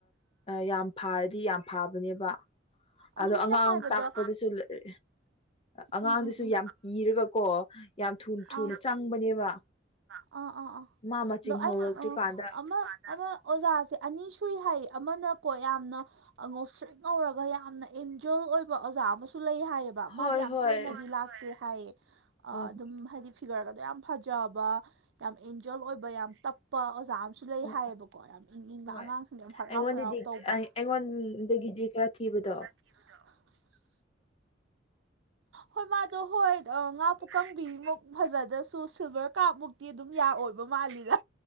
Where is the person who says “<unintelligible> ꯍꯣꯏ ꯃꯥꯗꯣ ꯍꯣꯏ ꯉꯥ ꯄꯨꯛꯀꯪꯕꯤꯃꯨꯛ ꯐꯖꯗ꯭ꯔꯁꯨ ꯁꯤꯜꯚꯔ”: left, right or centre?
Right